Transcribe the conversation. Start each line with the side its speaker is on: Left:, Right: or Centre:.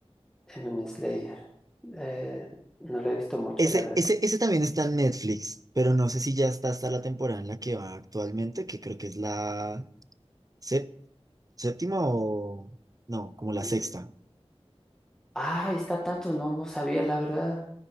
Centre: Demon Slayer. Eh, no lo he visto mucho,
Right: Ese,
Centre: la verdad.
Right: ese, ese también está en Netflix, pero no sé si ya está hasta la temporada en la que va actualmente, que creo que es la sé- séptima o no, como la
Centre: Uy,
Right: sexta.
Centre: uy. Ah, está tanto, no, no sabía, la verdad.